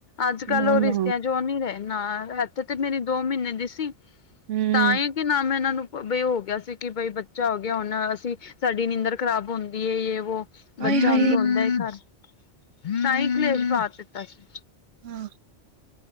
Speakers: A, on the left; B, on the right.
A: ਅੱਜ ਕੱਲ
B: ਨਾ
A: ਉਹ ਰਿਸ਼ਤਿਆਂ
B: ਨਾ
A: ਉਹ ਨੀ ਰਹੇ ਨਾ। ਇੱਥੇ ਤੇ ਮੇਰੀ ਦੋ ਮਹੀਨੇ ਦੀ ਸੀ।
B: ਹੂੰ
A: ਤਾਂ ਕਿ ਨ ਮੈਂ ਇਹਨਾਂ ਨੂੰ ਬਈ ਹੋ ਗਿਆ ਸੀ ਕਿ ਬਈ ਬੱਚਾ ਹੋ ਗਿਆ। ਹੁਣ ਅਸੀਂ ਸਾਡੀ ਨੀਂਦਰ ਖ਼ਰਾਬ ਹੁੰਦੀ ਹੈ। ਜੇ ਵੋ
B: ਆਏ!
A: ਬੱਚਾ
B: ਹਾਏ!
A: ਹੁਣ ਰੋਂਦਾ ਹੈ ਘਰ ਤਾਂ ਹੀ ਕਲੇਸ਼ ਪਾ ਦਿੱਤਾ ਸੀ।
B: ਹਾਂ